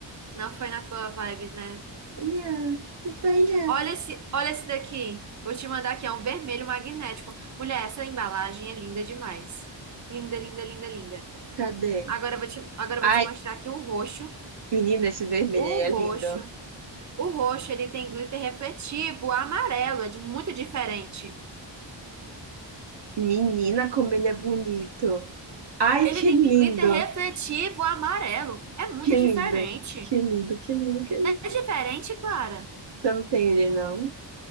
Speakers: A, on the right; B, on the right.
A: Não foi na tua vibe, né?
B: Não, não foi não.
A: Olha esse, olha esse daqui. Vou te mandar aqui, é um vermelho magnético. Mulher, essa embalagem é linda demais. Linda, linda, linda, linda.
B: Cadê?
A: Agora eu vou te, agora eu
B: Ai,
A: vou te mostrar aqui o roxo.
B: Menina, esse vermelho
A: O
B: aí é
A: roxo.
B: lindo.
A: O roxo, ele tem glitter refletivo amarelo, é de- muito diferente.
B: Menina, como ele é bonito. Ai,
A: Ele
B: que
A: tem
B: lindo.
A: glitter refletivo amarelo. É muito
B: Que
A: diferente.
B: lindo. Que lindo, que lindo, que lindo.
A: Não é diferente, Clara?
B: Você não tem ele, não?